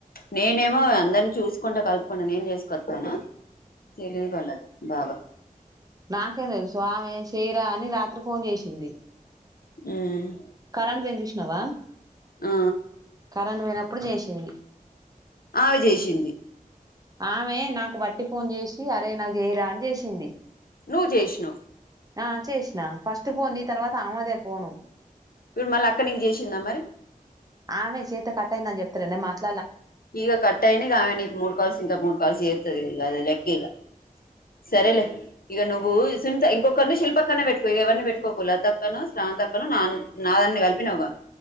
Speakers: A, on the left (about 80°); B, on the right (about 25°).
A: నేనేమో అందరిని చూస్ కుండా కలుపకుండా నేన్ చేస్కొత్తాను. తెలివిగలది. బాగ
B: నాకేమ్ తెల్స్ స్వామి చే కా అని రాత్రి ఫోన్ చేసింది.
A: మ్మ్
B: కఎంట్ పోయింది చూషినావ!
A: ఆ
B: కరెంట్ పోయినప్పుడు చేష్ ఏంది
A: ఆమె చేసింది.
B: ఆమె నాకు బట్టి ఫోన్ చేసి అరే నాకు చేయ్రా అని చేసింది.
A: నువ్వు జేసినవ్
B: ఆ చేసిన ఫస్ట్ ఫోన్ నీ తర్వాత ఆమెదే ఫోను
A: ఇవు మళ్ళ అక్క నీకు చేసిందా మరి?
B: ఆమె చేత్తే కట్ అయిందని చెప్తలేద నేన్ మాట్
A: ఇగ కట్టయనిగా నీకి మూడు కాల్స్ ఇంకా మూడు కాల్స్ చేత్తది. ఇగ అది లెక్కే ఇగ. సరేలే ఇగ నువ్వు సించ ఇంకొకరిని శిల్పక్కని పెట్టుకో ఇగ ఎవరిని పెట్టుకోకు లతక్కను, శాంతక్కను, నాన్ నాన్నీ కలిపినవ్గా